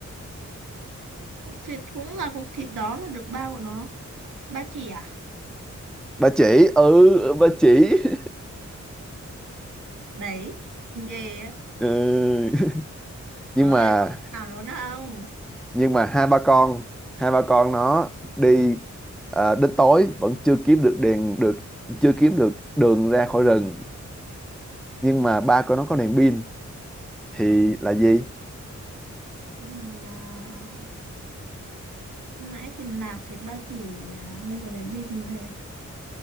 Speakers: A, on the right; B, in the centre.
A: Cục thịt cũng là cục thịt đó mà được bao của nó ba chỉ à
B: ba chỉ ừ ba chỉ <laughs>
A: đấy mình ghê á
B: ừ.
A: Rồi,
B: nhưng mà
A: còn nào đó nữa không?
B: nhưng mà hai ba con hai ba con nó đi ờ, đến tối vẫn chưa kiếm được đèn được chưa kiếm được đường ra khỏi rừng nhưng mà ba của nó có đèn pin thì là gì
A: À, nãy thịt nạc, thịt ba chỉ, à, bây giờ đến bịt về.